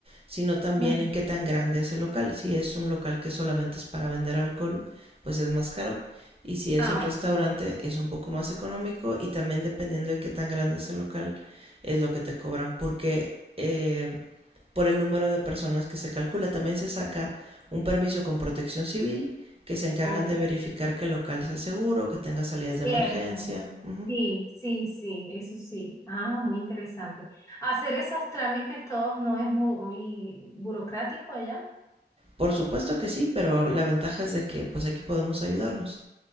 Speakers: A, on the right; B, on the left.
A: sino también
B: Ajá.
A: en qué tan grande es el local. Si es un local que solamente es para vender alcohol, pues es más caro. Y si es
B: Ah,
A: un restaurante,
B: ok.
A: es un poco más económico y también dependiendo de qué tan grande es el local, es lo que te cobran. Porque eh, por el número de personas que se calcula. También se saca un permiso con protección civil que se encargan
B: Ok,
A: de verificar que el local sea seguro, que tenga salidas
B: cierto.
A: de emergencia. Ujú.
B: Sí, sí, sí, eso sí. Ah, muy interesante. Hacer esos trámites todos no es muy burocrático allá.
A: Por supuesto que sí, pero la ventaja es de que pues aquí podemos ayudarnos.